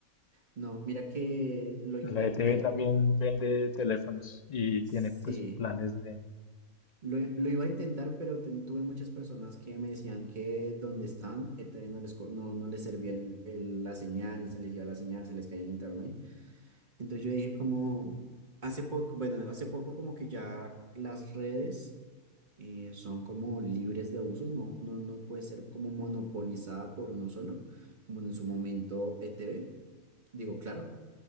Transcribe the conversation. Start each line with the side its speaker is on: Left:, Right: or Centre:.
Right: no, mira que lo intenté,
Left: La ETV también vende teléfonos y
Right: sí,
Left: tiene pues planes de.
Right: lo, lo iba a intentar, pero ten- tuve muchas personas que me decían que donde están, eh, todavía no les, co- no, no les servía el- el- la señal, se les iba la señal, se les caía el internet, Entonces yo dije como, hace poco, bueno, hace poco como que ya las redes eh, son como libres de uso, no, no, no puede ser como monopolizada por uno solo, como en su momento ETV, digo, claro,